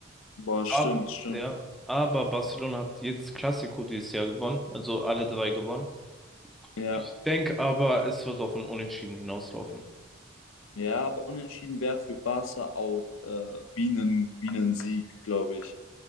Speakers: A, on the left (about 70°); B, in the centre.
A: boah, stimmt,
B: Aber,
A: stimmt.
B: ja, aber Barcelona hat jedes Clasico dieses Jahr gewonnen, also alle drei gewonnen.
A: Ja,
B: Ich denke aber, es wird auf ein Unentschieden hinauslaufen.
A: ja, aber unentschieden wäre für Barca auch äh, wie ein, wie ein Sieg, glaube ich.